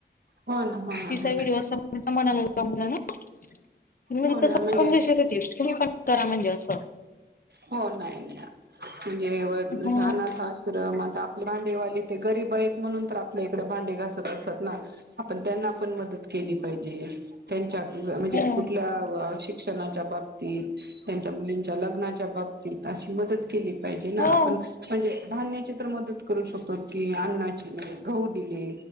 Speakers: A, on the right; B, on the left.
A: हो ना. हो ना
B: तिचा
A: हो
B: व्हिडिओ
A: ना
B: सर्वांच्या मनाला लागला ना, तिने म्हणजे
A: हो
B: तसं
A: ना म्हणजे
B: <unintelligible> ते तुम्ही पण करा म्हणली असं.
A: हो नाही नाही, म्हणजे व
B: हम्म
A: हे अनाथ आश श्रमात आपले भांडेवाली ते गरीब आहेत, म्हणून तर आपल्या इकडे भांडे घासत असतात ना. आपण त्यांना पण मदत केली पाहिजे. त्यांच्या अ म्हणजे
B: हम्म
A: कुठल्या शिक्षणाच्या बाबतीत, त्यांच्या मुलींच्या लग्ना बाबतीत अशी मदत केली पाहिजे ना,
B: हो
A: आपण म्हणजे धान्य ची तर मदत करू शकतो, की अन्नाची गहू दिले.